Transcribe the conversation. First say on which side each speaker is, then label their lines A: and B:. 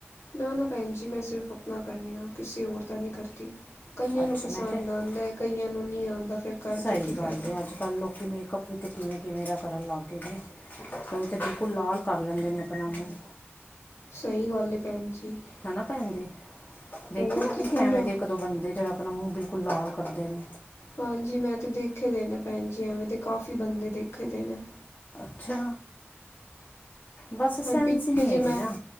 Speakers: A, on the left; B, on the left.
A: ਨਾ ਨਾ ਭੈਣ ਜੀ ਮੈ ਸਿਰਫ ਆਪਣਾ ਕਰਦੀ ਆ ਕਿਸੇ ਹੋਰ ਦਾ ਨਹੀ ਕਰਦੀ। ਕਈਆਂ
B: ਅੱਛਾ
A: ਨੂੰ ਪਸੰਦ
B: ਮੈਂ ਕਿਹਾ
A: ਆਂਦੈ ਹੈ। ਕਈਆਂ ਨੂੰ ਨਹੀ ਆਉਦਾ ਫਿਰ ਕਰਕੇ
B: ਸਹੀ
A: ਕੀ ਫਾਇਦਾ
B: ਗੱਲ ਹੈ। ਅਜ ਕਲ ਲੋਕੀ ਮੇਕਅੱਪ ਵਿਚ ਕਿਵੇ ਕਿਵੇ ਦਾ ਕਰਨ ਲੱਗ ਗਏ ਨੇ। ਕਈ ਤੇ ਬਿਲਕੁਲ ਲਾਲ ਕਰ ਲੈਦੇ ਨੇ ਆਪਣਾ ਮੂੰਹ।
A: ਸਹੀ ਗੱਲ ਹੈ ਭੈਣ ਜੀ।
B: ਹੈਨਾ ਭੈਣ ਜੀ ਦੇਖੋ
A: ਹੋਰ
B: ਨੇ
A: ਕੀ
B: ਤੁਸੀਂ
A: ਪੂਰਾ
B: ਐਵੇਂ ਦੇਖ ਇਕ ਦੋ ਬੰਦੇ ਜਿਹੜਾ ਆਪਣਾ ਮੂੰਹ ਬਿਲਕੁਲ ਲਾਲ ਕਰਦੇ ਨੇ।
A: ਹਾਂਜੀ ਮੈਂ ਤੇ ਦੇਖੇ ਦੇ ਨੇ ਭੈਣ ਜੀ ਐਵੇਂ ਦੇ ਕਾਫ਼ੀ ਬੰਦੇ ਦੇਖੇ ਦੇ ਨੇ।
B: ਅੱਛਾ ਬਸ
A: ਅੱਜ
B: ਸੈਂਸ
A: ਪਿੱਛੇ
B: ਹੀ ਨਹੀਂ
A: ਜੇ
B: ਹੈਗੀ
A: ਮੈਂ
B: ਨਾ।